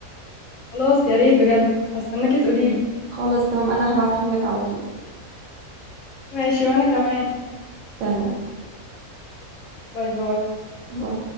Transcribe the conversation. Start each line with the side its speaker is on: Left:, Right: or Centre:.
Left: خلاص يا ريت بجد هستناكي تقوليلي
Right: خلاص تمام انا هبعتهم لك على طول
Left: ماشي وانا كمان
Right: تمام
Left: باي باي
Right: باي